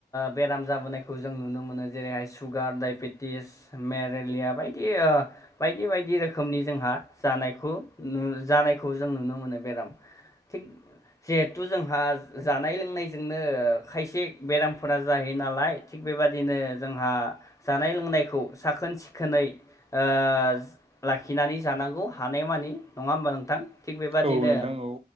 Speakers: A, on the left; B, on the right.
A: बेराम जाबोनायखौ जों नुनो मोनो जेरैहाय सुगार डाइबेटिस मेरे लिया बायदि बायदि रोखोमनि जोंहा जानायखौ नु जानायखौ जों नुनो मोनो बेराम थिग जिहेथु जोंहा जानाय लोंनायजोंनो खाय से बेरामफोरा जाहैयो नालाय थिग बेबायदिनो जोंहा जानाय लोंनायखौ साखोन सिखोनै ओ लाखिनानै जानांगौ हानायमानि नंङा होमबा नोंथां थिग बेबादिनो
B: औ नोंथां औ